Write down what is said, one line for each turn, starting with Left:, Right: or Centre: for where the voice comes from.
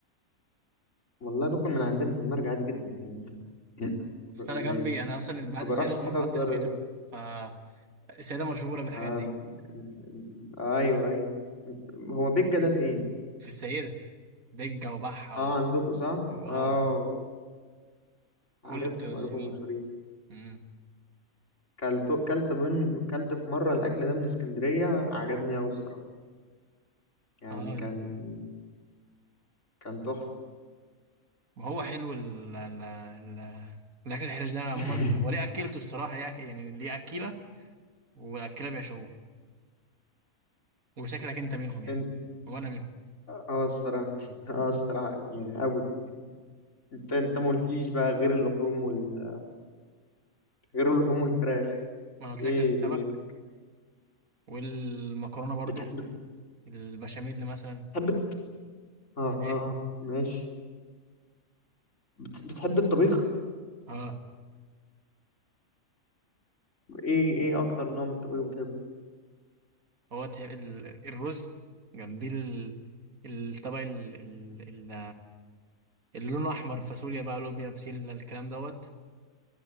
Left: والله باكل من عندنا في المرج عادي جدا يعني <laughs>
Right: بس انا جنبي
Left: يعني
Right: انا اصلا بعد
Left: ما
Right: السيده
Left: بروحش
Right: بمحطه
Left: حتت بره
Right: مترو فالسيده مشهوره بالحاجات
Left: آه...
Right: دي
Left: ب- ب- ايوه ايوه هو بيجا ده فين
Right: في السيده دجه وبحه
Left: اه
Right: و...
Left: عندكم صح
Right: واو
Left: اه
Right: كل
Left: عارفهم
Right: بتوع السنين
Left: عارفهم مشهورين
Right: امم
Left: كلت كلت من كلت في مره الاكل ده من اسكندريه عجبني قوي الصراحه يعني
Right: اه
Left: كان كان تحفه
Right: وهو حلو ال... ال... ال... الاكل الحرش ده عموما
Left: <laughs>
Right: هو ليه اكلته الصراحه ليه أك... يعني ليه اكيله والاكيله بيعشقوه وشكلك انت منهم يعني
Left: انت
Right: وانا منهم
Left: اه الصراحه اه الصراحه يعني قوي انت انت ما قلتليش بقى غير اللحوم وال غير اللحوم والفراخ
Right: ما انا قلت
Left: ايه
Right: لك السمك
Left: دنيتك
Right: والمكرونه برضو
Left: بت...
Right: البشاميل مثلا
Left: بتحب الت- اه
Right: الايه
Left: آه، ماشي بت... بتحب الطبيخ
Right: اه
Left: ايه ايه اكتر نوع من الطبيخ بتحبه
Right: هو تح- ال- الرز جنبيه ال- الطبق ال- ال- ال- اللي لونه احمر فاصوليا بقى لوبيا بسله الكلام دوت